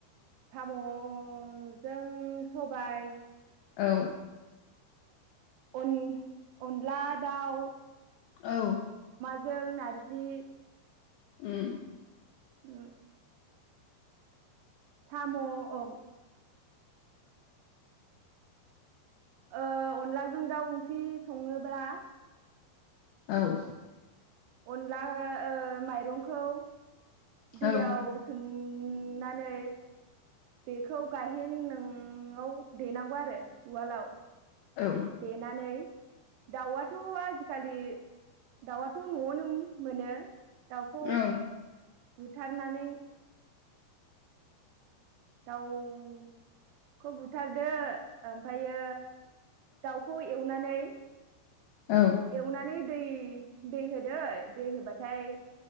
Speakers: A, on the right; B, on the left.
A: साम'जों सबाय
B: औ
A: उन अनला दाउ
B: औ
A: जों नारजि
B: उम
A: उम साम' ओं ओ अनलाजों दाउ ओंख्रि सङोब्ला
B: औ
A: अनला ओ माइरंखौ दैयावसोम
B: औ
A: नानै बेखौ गायहेन नोंआव देनांगौ आरो उवालाव
B: औ
A: देनानै दाउआथ' आजिखालि दाउआथ' न'आवनो मोनो। दाउखौ
B: औ
A: बुथारनानै दाउखौ बुथारदो ओमफ्रायो दाउखौ एवनानै
B: औ
A: एवनानै दै दै होदो दै होबाथाय